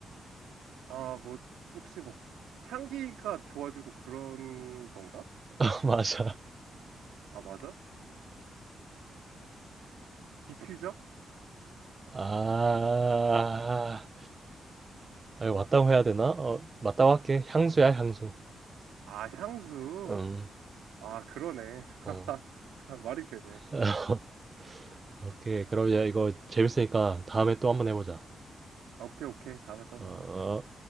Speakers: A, on the right; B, on the right.
A: 아, 뭐, 혹시 뭐, 향기가 좋아지고 그런 건가?
B: <laughs> 맞아.
A: 아, 맞아? 디퓨저?
B: 아, 아, 이거 맞다고 해야 되나? 어, 맞다고 할게. 향수야 향수.
A: 아, 향수.
B: 음,
A: 아, 그러네. <laughs>
B: 어.
A: 말이 되네.
B: <laughs> 오케이. 그럼 이제 이거 재밌으니까 다음에 또 한번 해보자.
A: 아, 오케이, 오케이. 다음에 또 한번
B: 어. 어.
A: 해자